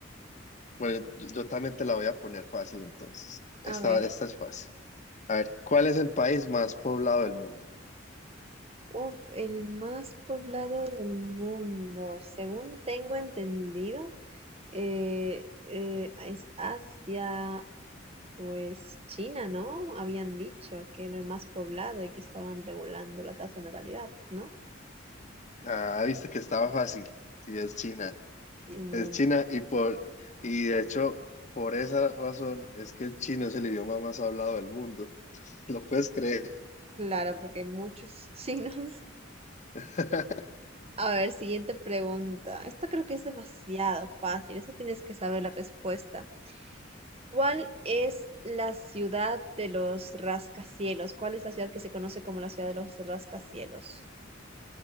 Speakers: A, on the left; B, on the right.
A: Bueno, yo, yo también te la voy a poner fácil entonces.
B: A
A: Esta,
B: ver,
A: esta es fácil. A ver, ¿cuál es el país más poblado del mundo?
B: uf, el más poblado del mundo, según tengo entendido. Eh, eh, es Asia, pues China, ¿no? Habían dicho que era el más poblado y que estaban regulando la tasa de natalidad, ¿no?
A: Ah, viste que estaba fácil. Sí, es China.
B: Y muy
A: Es China y por, y de hecho, por esa razón es que el chino es el idioma más hablado del mundo. <laughs> ¿Lo puedes creer?
B: claro, porque hay muchos chinos. <laughs>
A: <laughs>
B: A ver, siguiente pregunta. Esta creo que es demasiado fácil, eso tienes que saber la respuesta. ¿Cuál es la ciudad de los rascacielos? ¿Cuál es la ciudad que se conoce como la ciudad de los rascacielos?